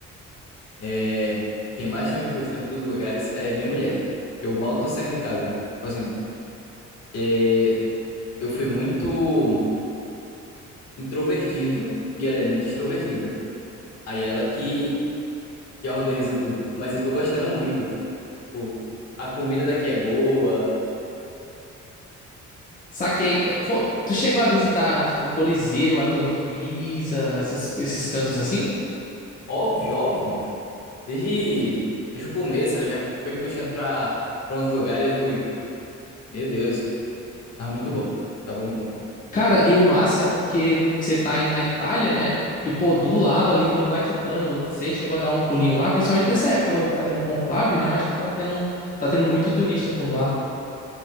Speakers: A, on the left; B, on the left.
A: É, quem mais tá me puxando pros lugares é minha mulher. Eu mal tô saindo de casa. Tipo assim, é, eu fui muito introvertido e ela é muito extrovertida. Aí ela que, que organiza tudo. Mas eu tô gostando muito. Tipo, a comida daqui é boa.
B: Saquei.
A: Mas,
B: Pô, tu chegou a visitar, tipo, o Coliseu, a Torre de Pisa, essas- esses cantos assim?
A: óbvio, óbvio. Desde, desde o começo, ela já foi me puxando pra, pra uns lugares e eu fui, meu Deus, tava muito bom, tava muito bom.
B: Cara, e o massa é porque você tá aí na Itália, né? E, pô, do lado ali tem o Vaticano. Você chegou a dar um pulinho lá, principalmente nessa época agora que tá tendo o conclave, né? Eu acho que tá tendo, tá tendo muito turista por lá.